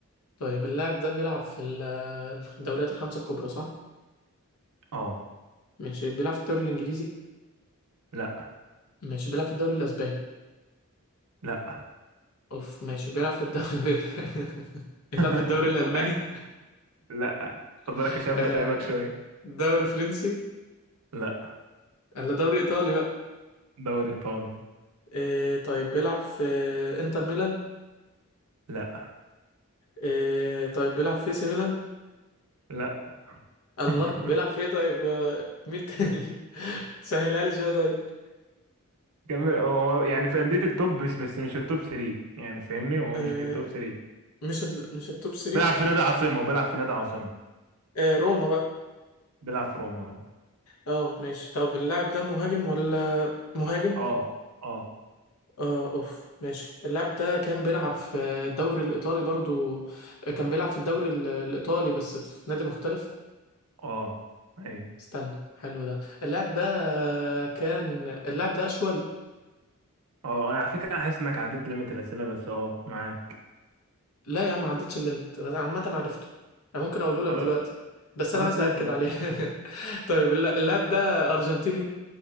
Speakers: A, on the left (about 75°); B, on the right (about 80°).
A: طيب اللاعب ده بيلعب في ال- الدوريات الخمسة الكبرى صح
B: اه
A: ماشي بيلعب في الدوري الانجليزي
B: لا
A: ماشي بيلعب في الدوري الاسباني
B: لا
A: اوف ماشي بيلعب في الدوري <laughs> بيلعب
B: <laughs>
A: في الدوري الالماني
B: بتاع لا خد بالك
A: <laughs>
B: عشان
A: آه،
B: بتعبك شويه
A: دوري فرنسي
B: لا
A: ولا دوري ايطالي بقى
B: دوري ايطالي
A: إيه طيب بيلعب في انتر ميلان
B: لا
A: إيه طيب بيلعب في سي ميلان
B: لا
A: الله
B: <laughs>
A: بيلعب في ايه طيب آه، مين تاني <laughs> سهلها لي شويه طيب
B: كمل هو هو يعني في انديه التوب بس بس مش التوب 3 يعني فاهمني هو
A: إيه
B: مش في التوب 3
A: مش ال... مش التوب 3
B: بيلعب في نادي عاصمه وبيلعب في نادي عاصمه
A: إيه روما بقى
B: بيلعب في روما
A: اه ماشي طب اللاعب ده مهاجم ولا مهاجم
B: اه اه اه
A: اه اوف ماشي اللاعب ده كان بيلعب في الدوري الايطالي برضو كان بيلعب في الدوري ال- الايطالي بس في نادي مختلف
B: اه ايوه
A: استنى حلو ده اللاعب ده كان اللاعب ده اشول
B: اه انا على فكره انا حاسس انك عديت ليميت الاسئله بس اه معاك
A: لا يا عم ما عدتش الليمت بس عامه عرفته انا ممكن اقوله
B: خلاص
A: لك دلوقتي بس
B: خلاص
A: انا عايز
B: قول
A: اكد
B: ما.
A: عليه <laughs> طيب اللا- اللاعب ده ارجنتيني